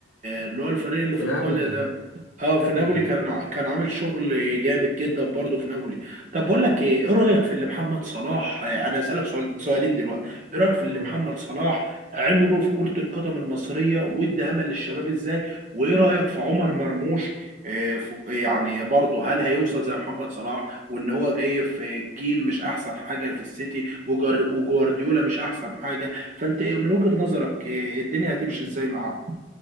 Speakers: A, on the right; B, on the left.
A: اللي هو الفريق اللي
B: في
A: في
B: نابولي
A: إيطاليا ده اه
B: نابولي
A: في نابولي كان ع- كان عامل شغل جامد جدا برضه في نابولي طب بقول لك ايه ايه رايك في اللي محمد صلاح آه، انا اسالك سؤال سؤالين دلوقتي ايه رايك في اللي
B: قول.
A: محمد صلاح عمله في كره القدم المصريه وادى امل للشباب ازاي وايه رايك في عمر مرموش آه، في- يعني برضه هل هيوصل زي محمد صلاح وان هو جاي في جيل مش احسن حاجه في السيتي وجار- وجوارديولا مش احسن حاجه فانت إيه من وجهه نظرك آه، الدنيا هتمشي ازاي معاه